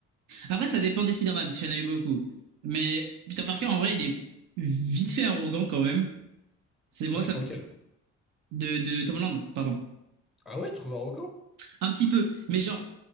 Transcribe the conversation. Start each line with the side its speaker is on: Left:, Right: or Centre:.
Right: Après, ça dépend des Spider-Man, parce qu'il y en a eu beaucoup. Mais Peter Parker, en vrai, il est vite fait arrogant quand même. C'est moi,
Centre: ça dépend
Right: ça.
Centre: lequel.
Right: De, de Tom Holland, pardon.
Centre: Ah ouais, tu trouves arrogant?
Right: Un petit peu. Mais genre,